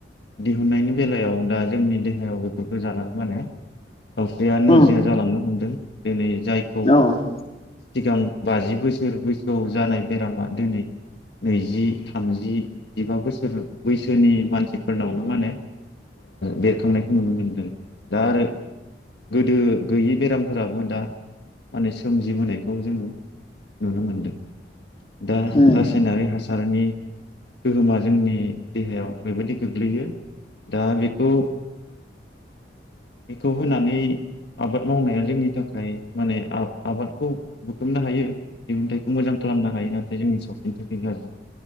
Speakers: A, on the left; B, on the left.
A: दिहुनन्नायनि बेलायाव दा जोंनि देहायाव बेफोरखौ जानानै माने सावस्रिया नोरजिया
B: उम
A: जालांनो हमदों दिनै जायखौ
B: औ
A: सिगां बाजि बोसोर बैसोआव जानाय बेरामा दिनै नैजि थामजि जिबा बोसोर बैसोनि मानसिफोरनावनो ओ माने बेरखांनायखौ नुनो मोनदों दा आरो गोदो गैयि बेरामफोराबो दा माने सोमजिबोनायखौ जोङो नुनो मोनदों दा
B: उम औ उम औ उम
A: रासायनारि हासारनि गोहोमा जोंनि देहायाव बेरैबायदि गोग्लैयो दा बेखौ बेखौ होनानै आबाद मावनाया जोंनि थाखाय माने आबादखौ बुथुमनो हायो दिहुनथाइखौ मोजां खालामनो हायो नाथाय जोंनि सावस्रिनि थाखाय गाज्रि